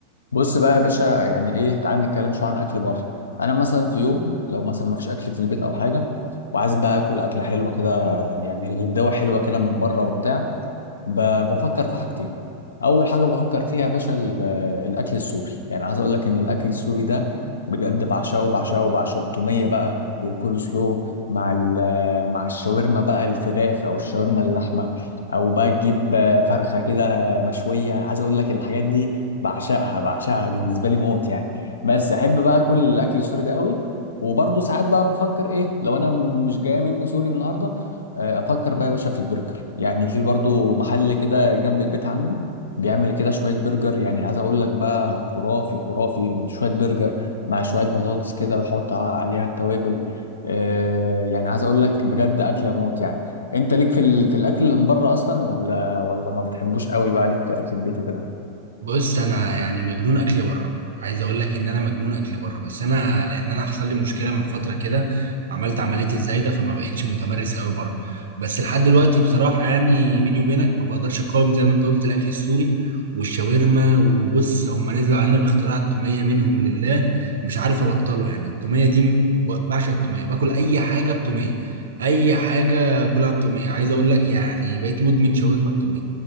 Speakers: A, on the left; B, on the right.
A: بص بقى يا باشا يعني ايه تعال نتكلم شويه عن اكل بره انا مثلا في يوم لو مثلا ما فيش اكل في البيت او حاجه وعايز بقى اكل اكله حلوه كده يعني غداوه حلوه كده من بره وبتاع ب- بفكر في حاجتين اول حاجه بفكر فيها يا باشا ال- الاكل السوري يعني عايز اقول لك ان الاكل السوري ده بجد بعشقه بعشقه بعشقه التوميه بقى والكول سلو مع ال- مع الشاورما بقى الفراخ او الشاورما اللحمه او بقى تجيب فرخه كده مشويه عايز اقول لك الحاجات دي بعشقها بعشقها بالنسبه لي موت يعني بس احب بقى اكل الاكل السوري ده قوي وبرضه ساعات بقى بفكر ايه لو انا مش جايه مني سوري النهارده آه، افكر بقى يا باشا في البرجر يعني في برضو محل كده جنب البيت عندي بيعمل كده شويه برجر يعني عايز اقول لك بقى خرافي خرافي شويه برجر مع شويه بطاطس كده ويحط عليها التوابل آه، يعني عايز اقول لك بجد اكله موت يعني انت ليك في ال... في الاكل اللي من بره اصلا ولا ولا ما بتحبوش قوي بقى ليك في اكل البيت وكده
B: بص انا يعني مجنون اكل بره عايز اقول لك ان انا مجنون اكل بره بس انا لان انا حصل لي مشكله من فتره كده عملت عمليه الزايده فما بقتش متمرس قوي بره بس لحد دلوقتي بصراحه يعني بيني وبينك ما بقدرش اقاوم زي ما انت قلت الاكل السوري والشاورما وبص هم نزلوا علينا باختراع التوميه منهم لله مش عارف ابطله يعني التوميه دي م- ب- بعشق التوميه باكل اي حاجه بتوميه اي حاجه كلها بتوميه عايز اقول لك يعني بقيت مدمن شاورما بتوميه